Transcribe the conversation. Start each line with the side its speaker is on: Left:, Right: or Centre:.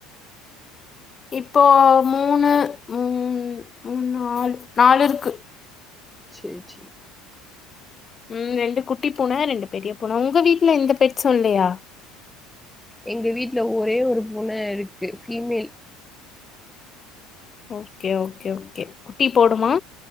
Left: இப்போ மூணு ம் ம் நாலு நாலு இருக்கு
Centre: சேரி சேரி
Left: உம் ரெண்டு குட்டி பூன ரெண்டு பெரிய பூன உங்க வீட்ல எந்த பெட்ஸும் இல்லையா
Centre: எங்க வீட்டுல ஒரே ஒரு பூனை இருக்கு ஃபீமேல்
Left: ஓகே ஓகே ஓகே குட்டி போடுமா